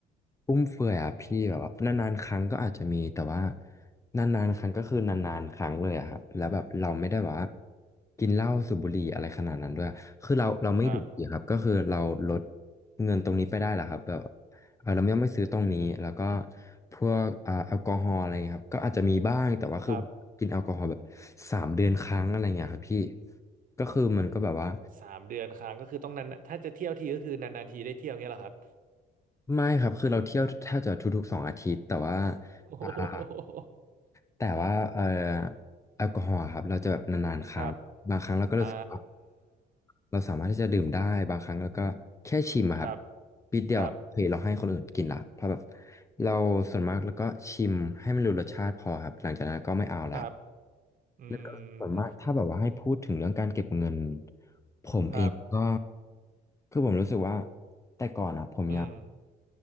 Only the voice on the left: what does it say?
ฟุ่มเฟือยอะพี่แบบว่านานๆครั้งก็อาจจะมีแต่ว่านานๆครั้งก็คือนานๆครั้งเลยอะครับแล้วแบบเราไม่ได้แบบว่ากินเหล้าสูบบุหรี่อะไรขนาดนั้นด้วยคือเราเราไม่ดื่มเบียร์ครับก็คือเราลด
เงินตรงนี้ไปได้แหละครับแบบ เออเราไม่ต้องไปซื้อตรงนี้ แล้วก็พวกอ่าแอลกอฮอล์อะไรเงี้ยครับ ก็อาจจะมีบ้าง แต่ว่าคือกินแอลกอฮอล์แบบ
สามเดือนครั้งอะไรเงี้ยครับพี่ ก็คือมันก็แบบว่า
ไม่ครับคือเราเที่ยวแทบจะทุกๆสองอาทิตย์แต่ว่า
อ่า
แต่ว่าเอ่อแอลกอฮอล์อะครับเราจะแบบนานๆครั้งบางครั้งเราก็รู้สึกว่า
เราสามารถที่จะดื่มได้บางครั้งเราก็แค่ชิมอะครับ
ปิดเดียวโอเคเราให้คนอื่นกินละเพราะแบบ
เราส่วนมากแล้วก็ชิมให้มันรู้รสชาติพอครับหลังจากนั้นก็ไม่เอาละ
แล้วก็ส่วนมากถ้าแบบว่าให้พูดถึงเรื่องการเก็บเงิน
ผมเองก็
คือผมรู้สึกว่าแต่ก่อนอะผมอยาก